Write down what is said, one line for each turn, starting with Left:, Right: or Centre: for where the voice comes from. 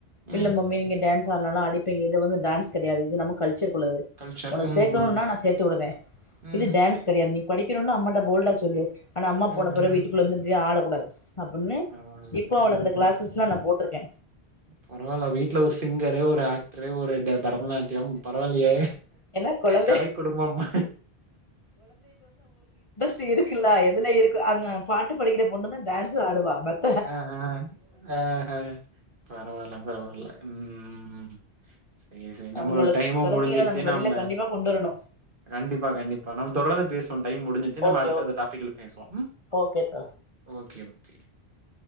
Right: ம்.
Left: இல்ல மம்மி நீங்க டேன் சா நல்லா அடிப்பீங்க இது வந்து டேன்ஸ் கெடையாது நம்ம கல்ச்சர் ஹலோ
Right: கல்ச்சர்.
Left: உனக்
Right: ம்,
Left: சேக்கணுனா
Right: ம்,
Left: நா சேத்து உடுங்க
Right: ம்.
Left: இது டேன்ஸ் கெடை நீ படிக்கணுன்னு நீ அம்மாட்ட போல்டா சொல்லு ஆனா அம்மா
Right: ம்ஹ்ம்.
Left: போன புறவு வீட்டுக்குள்ள வந்து இப்டியே ஆடும் <unintelligible> அப்புன்னு
Right: பரவால்ல.
Left: இப்போ அவள
Right: ம்ஹ்ம்.
Left: அந்த கிளாஸ்லா நா போ ட்ருக்கே
Right: பரவால்ல வீட்ல ஒரு சிங்கரு ஒரு ஆக்ட்ரு ஒரு ட பரதநாட்டியம் பரவால்லியே
Left: ஏன்னா கொழந்தை
Right: கலை குடும்பம் மா
Left: து இருக்குல்ல எதுல இருக்கு அங்க பாட்டு படிக்கிற பொண்ணு தா டேன்ஸு ஆடுவா ப
Right: ஆஹ ஆஹ பரவால்ல பரவால்ல ம் சேரி சேரி நம்மளோட
Left: அவங்களுக்கு
Right: டைமு
Left: திறமைகள
Right: முடிஞ்சிச்சு
Left: வெளியில
Right: நம்ம
Left: கண்டிப்பா கொண்டு வரணு
Right: கண்டிப்பா கண்டிப்பா நம்ம தொடர்ந்து பேசுவோ டைம் முடிஞ்சிச்சு நம்ம
Left: ஓகே
Right: அடுத்த
Left: ஓகே
Right: டாபிக்ல பேசுவோ ம்
Left: ஓகே தோழா
Right: ஓகே <unintelligible>